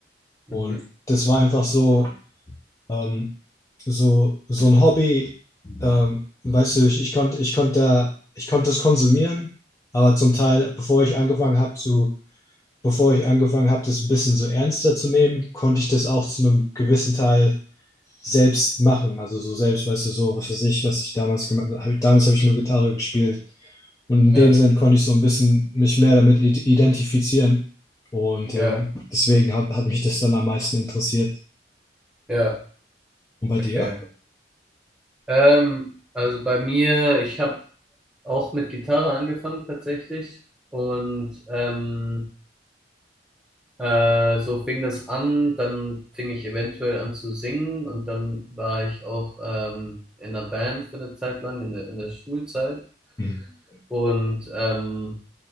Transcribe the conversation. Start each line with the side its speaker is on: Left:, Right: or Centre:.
Centre: Mhm.
Left: Und das war einfach so, ähm, so, so ein Hobby. Ähm, weißt du, ich, ich konnte, ich konnte da, ich konnte das konsumieren, aber zum Teil, bevor ich angefangen habe zu, bevor ich angefangen habe, das ein bisschen so ernster zu nehmen, konnte ich das auch zu einem gewissen Teil selbst machen. Also so selbst, weißt du, so was für sich, was ich damals gemacht habe. Damals habe ich nur Gitarre gespielt. Und in
Centre: Ja,
Left: dem Sinn konnte ich so ein bisschen mich mehr damit i- identifizieren. Und
Centre: ja,
Left: ähm, deswegen hat, hat mich das dann am meisten interessiert.
Centre: ja,
Left: Und bei
Centre: okay.
Left: dir?
Centre: Ähm, also bei mir, ich habe auch mit Gitarre angefangen tatsächlich und ähm, Äh, so fing das an, dann fing ich eventuell an zu singen und dann war ich auch ähm, in einer Band für eine Zeit lang, in der, in der Schulzeit.
Left: Mhm. <laughs>
Centre: Und ähm,